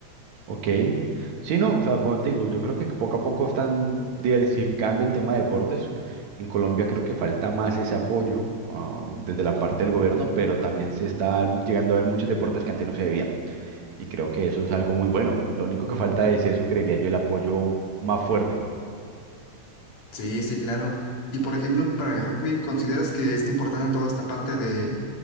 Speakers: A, on the right; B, on the left.
A: Ok. Sí, no, o sea, como te digo, yo creo que poco a poco están diversificando el tema de deportes. En Colombia creo que falta más ese apoyo, ah, desde la parte del gobierno, pero también se está llegando a ver muchos deportes que antes no se veían. Y creo que eso es algo muy bueno. Lo único que falta es eso, creería yo, el apoyo más fuerte.
B: Sí, sí, claro. Y por ejemplo, para el rugby, ¿consideras que es importante toda esta parte de,